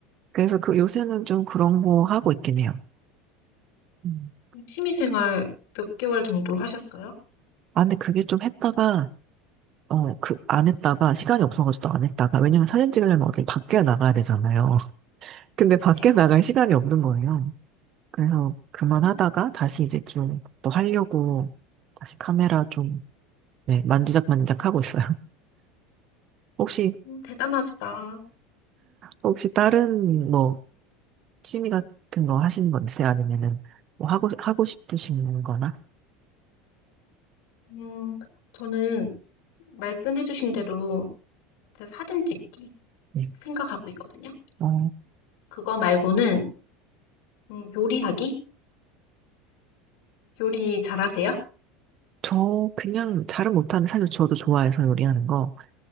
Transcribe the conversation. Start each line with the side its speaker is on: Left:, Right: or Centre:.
Right: 그래서 그 요새는 좀 그런 거 하고 있긴 해요. 음.
Left: 취미 생활 몇 개월 정도 하셨어요?
Right: 아, 근데 그게 좀 했다가, 어, 그, 안 했다가, 시간이 없어가지고 또 안 했다가, 왜냐면 사진 찍으려면 어딜 밖에 나가야 되잖아요. <laughs> 근데 밖에
Left: 네.
Right: 나갈 시간이 없는 거예요. 그래서 그만하다가
Left: 음,
Right: 다시 이제 좀 또 하려고 다시 카메라 좀, 네, 만지작만지작 하고 있어요. <laughs> 혹시,
Left: 대단하시다.
Right: 혹시 다른 뭐 취미 같은 거 하시는 거 있어요? 아니면은 뭐 하고, 하고 싶으신 거나?
Left: 음, 저는 말씀해주신 대로 제가 사진 찍기
Right: 네.
Left: 생각하고 있거든요.
Right: 어,
Left: 그거 말고는 음, 요리하기? 요리 잘하세요?
Right: 저 그냥 잘은 못하는데 사실 저도 좋아해서 요리하는 거.